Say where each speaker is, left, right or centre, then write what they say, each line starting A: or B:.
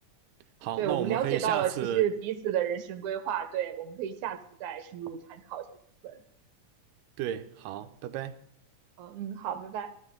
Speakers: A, on the right; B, on the right.
A: 好，
B: 对，
A: 那我们可以下次，
B: 我们了解到了其实彼此的人生规划，对，我们可以下次再深入探讨这部分。
A: 对，好，拜拜。
B: 嗯嗯，好，拜拜。